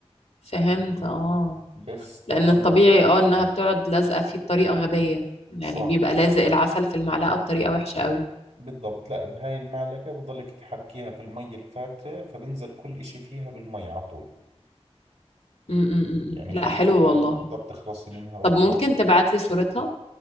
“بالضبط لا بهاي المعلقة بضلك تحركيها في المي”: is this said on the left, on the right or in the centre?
Right